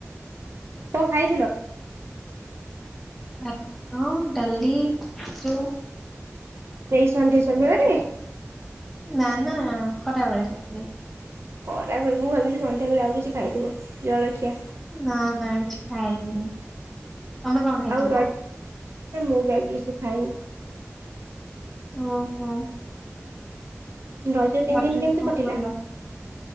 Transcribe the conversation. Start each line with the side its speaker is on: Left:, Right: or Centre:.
Right: କଣ ଖାଇଥିଲ?
Centre: ଭତ, ଡାଲି, ତୁ?
Right: ଏଇ ସନ୍ଧ୍ୟା ସମୟରେ?
Centre: ନା ନା ଖରା ବେଳେ ଖାଇଥିଲି।
Right: ଖରାବେଳ ମୁଁ ଖାଇଥିଲି ସନ୍ଧ୍ୟା ବେଳେ ଆଉ କିଛି ଖାଇଥିବ ଜଳଖିଆ।
Centre: ନା ନା କିଛି ଖାଇ ନାଇଁ। ତମେ କଣ ଖାଇଥିଲ?
Right: ଆଉ ରଜ ନା ମୁଁ ବି ଆଜି କିଛି ଖାଇନି।
Centre: ଓହୋ।
Right: ରଜ ତିନି
Centre: ରଜରେ
Right: ଦିନି କେମିତି
Centre: କଣ
Right: କଟିଲା?
Centre: କଲ